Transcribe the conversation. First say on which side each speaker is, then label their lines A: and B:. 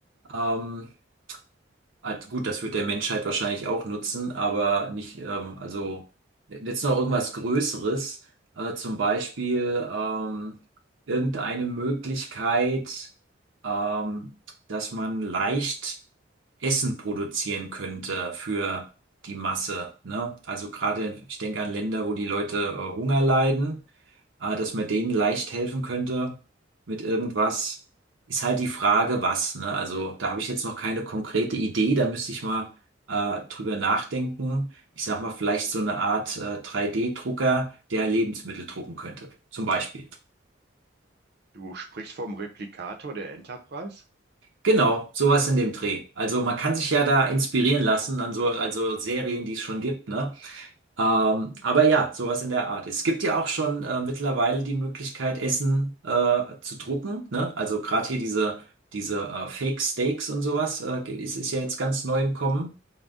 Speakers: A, on the right; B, on the right.
A: Ähm, Also gut, das wird der Menschheit wahrscheinlich auch nutzen, aber nicht, ähm, also jetzt noch irgendwas Größeres, äh, zum Beispiel ähm, irgendeine Möglichkeit, ähm, dass man leicht Essen produzieren könnte für die Masse, ne? Also gerade, ich denke an Länder, wo die Leute äh, Hunger leiden äh, dass man denen leicht helfen könnte mit irgendwas. Ist halt die Frage, was, ne? Also da habe ich jetzt noch keine konkrete Idee, da müsste ich mal äh, drüber nachdenken. Ich sag mal, vielleicht so eine Art äh, 3D-Drucker, der Lebensmittel drucken könnte, zum Beispiel.
B: Du sprichst vom Replikator der Enterprise?
A: Genau, sowas in dem Dreh. Also man kann sich ja da inspirieren lassen an so also Serien, die es schon gibt, ne? Ähm, aber ja, sowas in der Art. Es gibt ja auch schon äh, mittlerweile die Möglichkeit, Essen äh, zu drucken, ne? Also gerade hier diese, diese äh, Fake Steaks und sowas, äh, ge- ist, ist ja jetzt ganz neu im Kommen.